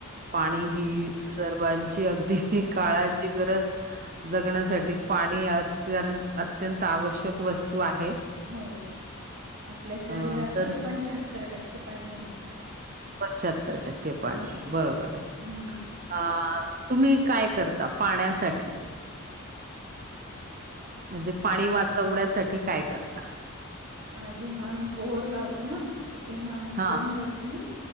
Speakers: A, on the right (about 40°); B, on the right (about 70°).
A: पाणी ही सर्वांची अगदी काळाची गरज जगण्यासाठी पाणी अत, अत्यंत आवश्यक वस्तू आहे.
B: हो, आपल्या शरीरातच
A: अ, तर
B: पंचाहत्तर टक्के पाणी आहे.
A: पंच्याहत्तर टक्के पाणीय बरोबर ह.
B: हम्म
A: अ तुम्ही काय करता? पाण्यासाठी. म्हणजे पाणी वाचवण्यासाठी काय करता?
B: अं जेव्हा आम्ही बोर लावतो ना, तर तेव्हा आम्ही
A: हां,
B: फोनवरती